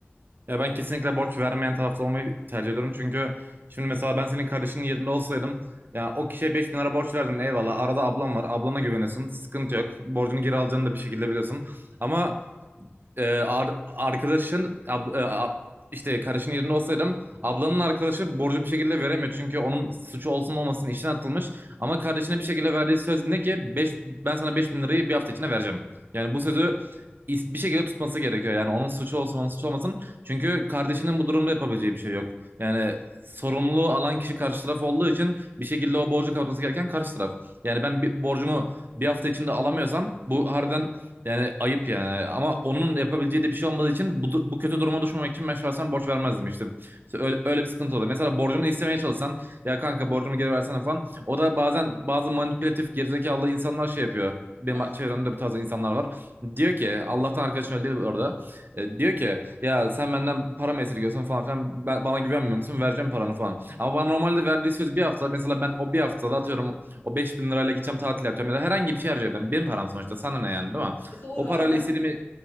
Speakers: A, on the right; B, on the left.
A: Ya ben kesinlikle borç vermeyen tarafta olmayı tercih ediyorum. Çünkü şimdi mesela ben senin kardeşinin yerinde olsaydım ya o kişiye 5 bin lira borç verdin eyvallah. Arada ablam var. Ablana güvenesin. Sıkıntı yok. Borcunu geri alacağını da bir şekilde biliyorsun. Ama e, ar- arkadaşın abla- e, a- işte kardeşinin yerinde olsaydım ablanın arkadaşı borcu bir şekilde veremiyor. Çünkü onun suçu olsun olmasın işten atılmış. Ama kardeşine bir şekilde verdiği söz ne ki? Beş, ben sana beş bin lirayı bir hafta içinde vereceğim. Yani bu sözü is- bir şekilde tutması gerekiyor. Yani onun suçu olsun onun suçu olmasın. Çünkü kardeşinin bu durumda yapabileceği bir şey yok. Yani sorumluluğu alan kişi karşı taraf olduğu için bir şekilde o borcu kapatması gereken karşı taraf. Yani ben bir borcumu bir hafta içinde alamıyorsam bu harbiden yani ayıp yani. Ama onun yapabileceği de bir şey olmadığı için bu, bu kötü duruma düşmemek için ben şahsen borç vermezdim işte. İşte öyle, öyle bir sıkıntı oluyor. Mesela borcunu istemeye çalışsan ya kanka borcumu geri versene falan. O da bazen bazı manipülatif gerizekalı insanlar şey yapıyor. Benim
B: Eh,
A: çevremde bu tarz insanlar var. Diyor ki Allah'tan arkadaşın öyle değil orada. E, diyor ki ya sen benden para mı esirgiyorsun falan filan. Ben, bana güvenmiyor musun? Vereceğim paranı falan. Ama bana normalde verdiği söz bir hafta. Mesela ben o bir haftada atıyorum o beş bin lirayla gideceğim tatil yapacağım ya da herhangi bir şey harcayacağım. Benim param sonuçta sana ne yani değil mi?
B: doğru
A: O
B: aynen.
A: parayla istediğimi,